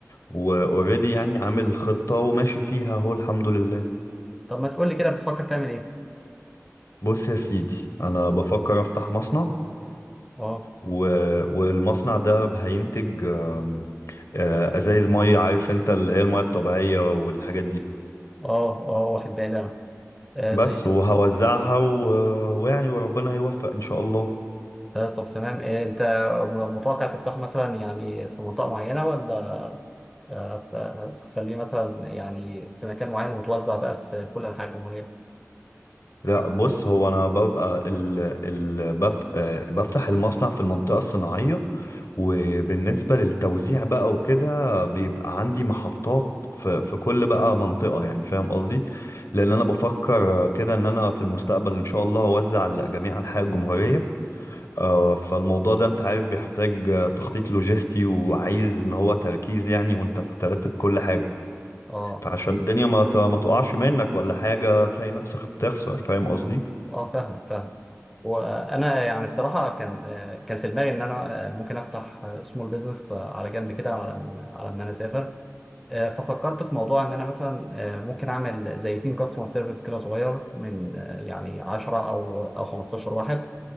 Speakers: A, on the left (about 70°); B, in the centre.
A: واوريدي يعني عامل خطة وماشي فيها اهو الحمد لله
B: طب ما تقول لي كده بتفكر تعمل ايه
A: بص يا سيدي انا بفكر افتح مصنع
B: اه
A: و... والمصنع ده هينتج آم، آه، ازايز مية عارف انت اللي هي المية الطبيعية والحاجات دي
B: اه اه واخد بالي انا آه
A: بس
B: زي
A: وهوزعها و... ويعني وربنا يوفق ان شاء الله
B: آه طب تمام آه انت م- متوقع تفتحه مثلا يعني في منطقه معينه ولا هت- هتخليه مثلا يعني في مكان معين وتوزع بقى في كل انحاء الجمهوريه
A: لا بص هو انا ببقى ال ال بف آه، بفتح المصنع في المنطقه الصناعيه وبالنسبه للتوزيع بقى وكده بيبقى عندي محطات في في كل بقى منطقه يعني فاهم قصدي لان انا بفكر آه، كده ان انا في المستقبل ان شاء الله اوزع لجميع انحاء الجمهوريه آه، فالموضوع ده انت عارف بيحتاج آه، تخطيط لوجستي وعايز ان هو تركيز يعني وانت بترتب كل حاجه
B: اه
A: فعشان الدنيا ما ت- ما تقعش منك ولا حاجه تلاقي نفسك بتخسر فاهم قصدي
B: اه فاهمك فاهمك وانا يعني بصراحه كان آه، كان في دماغي ان انا آه، ممكن افتح سمول بزنس على جنب كده على م- على ما انا اسافر آه، ففكرت في موضوع ان انا مثلا آه، ممكن اعمل زي تيم كاستمر سيرفيس كده صغير من آه، يعني 10 او او 15 واحد